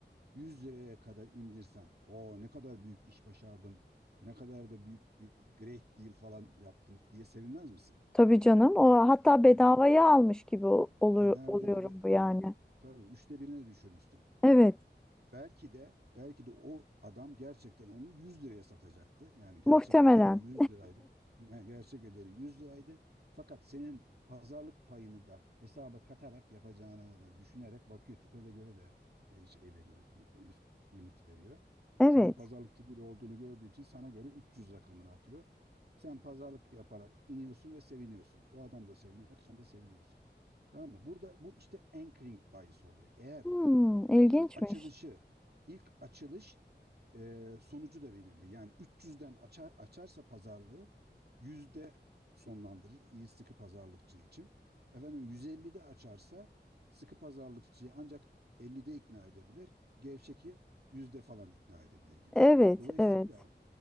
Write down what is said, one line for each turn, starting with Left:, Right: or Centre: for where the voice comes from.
Right: 100 liraya kadar indirsen. O ne kadar büyük iş başardım. Ne kadar da büyük bir great deal falan yaptım diye sevinmez misin?
Centre: Tabii canım. O hatta bedavaya
Right: Sevin,
Centre: almış gibi ol- olur
Right: yani nerede
Centre: oluyorum
Right: bede
Centre: bu yani.
Right: yani tabii üçte birine düşürmüşsün.
Centre: Evet.
Right: belki de belki de o adam gerçekten onu 100 liraya satacaktı. Yani gerçek
Centre: Muhtemelen.
Right: ederi 100 liraydı. Yani gerçek ederi 100 liraydı. Fakat senin pazarlık payını da hesaba katarak yapacağını düşünerek bakıyor tipe de göre de e, şey veriyor. Üst limit veriyor.
Centre: Evet.
Right: Senin pazarlık tipi de olduğunu gördüğü için sana göre 300 rakamını atıyor. Sen pazarlık yaparak iniyorsun ve seviniyorsun. O adam da seviniyor, sen de seviniyorsun. Tamam mı? Burada bu işte anchoring bayisi oluyor. Eğer
Centre: Hmm, ilginçmiş.
Right: ilk açılışı, ilk açılış e, sonucu da belirliyor. Yani 300'den açar, açarsa pazarlığı yüzde sonlandırır iyi sıkı pazarlıkçı için. Efendim 150'de açarsa sıkı pazarlıkçıyı ancak 50'de ikna edebilir. Gevşeki yüzde falan ikna edebilir gibi.
Centre: Evet,
Right: Dolayısıyla
Centre: evet.